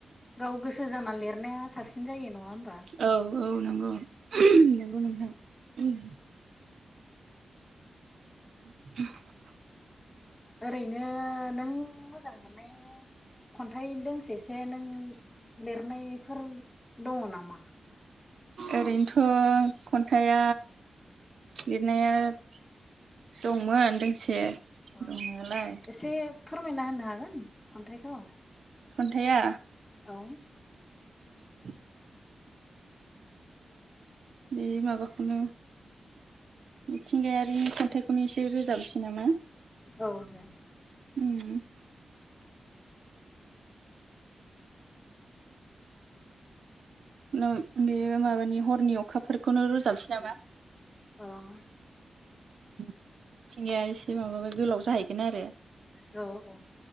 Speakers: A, on the left; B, on the right.
A: गाव गोसो जा लिरनाया साबसिन जायो नङा होमबा
B: औ औ नंगौ नंगौ नोंथां ओम <inaudible>
A: ओरैनो नों मोजां मोननाय खन न्थाइ दोंसेसो नों लिरनायफोर दङ नामा?
B: ओरैनोथ' खन्थाइया लिरनाया दंमोन दोंसे दंनायालाय
A: औ एसे फोरमायना होनो हागोन खन्थाइखौ
B: खन्थाया
A: औ
B: <inaudible> बे माबाखौनो मिथिंगायारिनि खन्थाइखौनो एसे रोजाबनोसै नामा
A: औ दे
B: ओं नोम बेयो माबानि हरनि अखाफोरखौनो रोजाबसै नामा
A: औ
B: मिथिंगाया एसे माबाबा गोलाव जाहैगोन आरो
A: औ औ